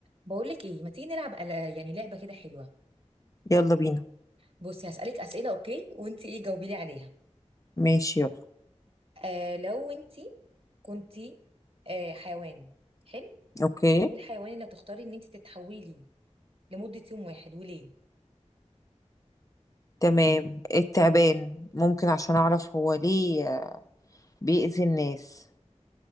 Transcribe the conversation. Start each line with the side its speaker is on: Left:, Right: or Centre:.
Right: بقولك ايه ما تيجي نلعب أل- يعني لعبة كده حلوة
Left: يلا بينا
Right: بصي هسألك أسئلة اوكي وانت ايه جاوبي لي عليها
Left: ماشي يلا
Right: آه لو انت كنتي آه حيوان حلو
Left: اوكي مم.
Right: ايه الحيوان اللي هتختاري ان انت تتحولي ليه لمدة يوم واحد وليه
Left: تمام التعبان ممكن عشان اعرف هو ليه آه، بيأذي الناس